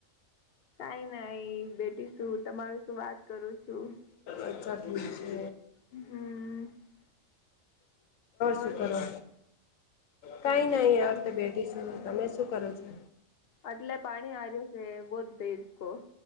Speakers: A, on the left (about 55°); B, on the left (about 80°).
A: કઈ નાઈ બેટી શું તમારું શું વાત કરું છું
B: અચ્છા ઠીક છે.
A: હમ ઓર
B: શું કરો કઈ નઈ
A: તમ
B: તો બેઠી છું તમે શું કરો છો?
A: એટલે પાણી હર્યું છે બહ તેજકો